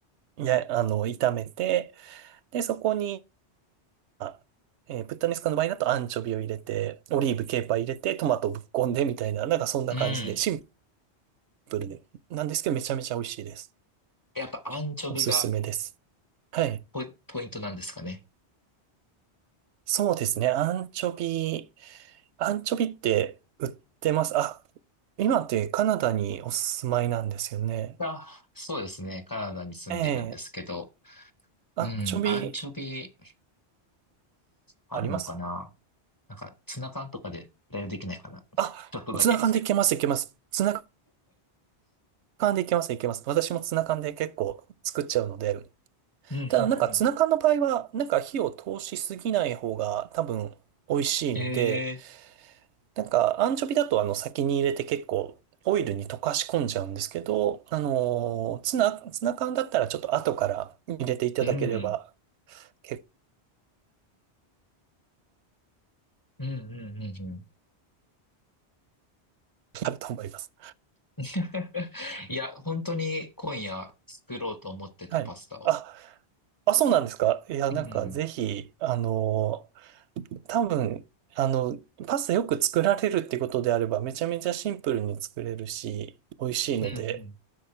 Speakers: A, on the right; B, on the left.
A: や、あの、炒めて、で、そこに、あ、えー、ブッダネスカの場合だとアンチョビを入れて、オリーブ、ケーパー入れて、トマトをぶっこんでみたいな、なんかそんな感じで、
B: うん。
A: シンプルで、なんですけどめちゃめちゃ美味しいです。
B: やっぱアンチョビが
A: おすすめです。はい。
B: ポイ、ポイントなんですかね。
A: そうですね。アンチョビ、アンチョビって売ってます。あ、今ってカナダにお住まいなんですよね。
B: あ、そうですね。カナダに住んでいるんですけど。
A: ええアンチョビ
B: うん。アンチョビ、あるのかな
A: あります
B: なんか、ツナ缶とかで代用できないかなちょっとだけ。
A: あ、ツナ缶でいけます、いけます。ツナ缶でいけます、いけます。私もツナ缶で結構作っちゃうので、
B: うん、うん、
A: ただ、なんかツナ缶の場合は、
B: うん。
A: なんか火を通しすぎない方が多分美味しいので、
B: ええ
A: なんかアンチョビだとあの先に入れて結構オイルに溶かし込んじゃうんですけど、あのーツナ、ツナ缶だったらちょっと後から入れていただければ
B: ーうん。
A: 結
B: うん、うん、うん、うん。
A: 構あると思います。
B: <laughs> いや、本当に今夜作ろうと思ってて、
A: はい。
B: パスタを。
A: あ、あ、そうなんですか。いや、
B: うん。
A: なんかぜひ、あのー多分、あの、パスタよく作られるってことであればめちゃめちゃシンプルに作れるし、美味しいので
B: うんうん。